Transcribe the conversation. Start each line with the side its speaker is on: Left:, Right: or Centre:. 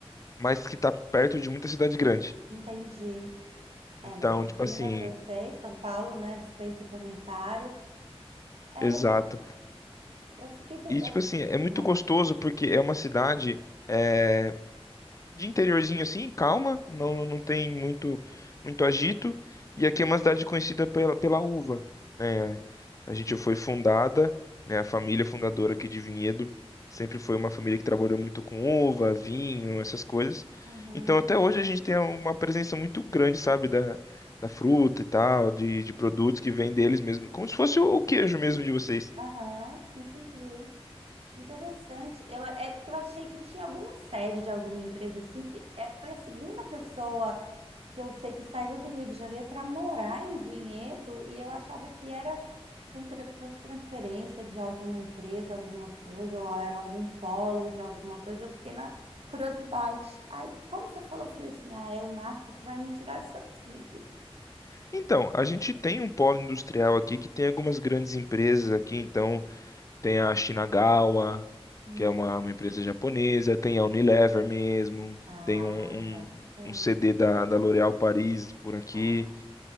Left: mas que está perto de muita cidade grande.
Right: Entendi. É,
Left: Então,
Right: não, Campinas
Left: tipo assim,
Right: eu sei, São Paulo, né? Dispensa comentários. É,
Left: exato.
Right: eu, eu fiquei. pe-
Left: E,
Right: Eu,
Left: tipo assim, é muito
Right: ah,
Left: gostoso porque é uma cidade. eh, de interiorzinho assim, calma, não, não tem muito muito agito. E aqui é uma cidade conhecida pela, pela uva, né? A gente foi fundada, né? A família fundadora aqui de Vinhedo sempre foi uma família que trabalhou muito com uva, vinho, essas coisas.
Right: uhum,
Left: Então até hoje a gente tem uma presença muito grande, sabe, da, da fruta e tal, de, de produtos que vêm deles mesmo, como se fosse o o queijo mesmo de vocês.
Right: aham, entendi. Interessante. Eu, é porque eu achei que tinha alguma sede de alguma empresa assim, porque é, foi a segunda pessoa que eu sei que saiu do Rio de Janeiro para morar em Vinhedo e eu achava que era por, tra- por transferência de alguma empresa, alguma coisa, ou era algum polo de alguma coisa. Eu fiquei na curiosidade. Aí, como você falou, eu falei assim: ah, é o Marco que vai me tirar essa <laughs> dúvida.
Left: Então, a gente tem um polo industrial aqui que tem algumas grandes empresas aqui, então Tem a Shinagawa,
Right: Hum.
Left: que é uma, uma empresa japonesa, tem a Unilever mesmo,
Right: Ah,
Left: tem um,
Right: pode
Left: um,
Right: ser.
Left: um CD da, da L'Oréal Paris por aqui.
Right: Ah,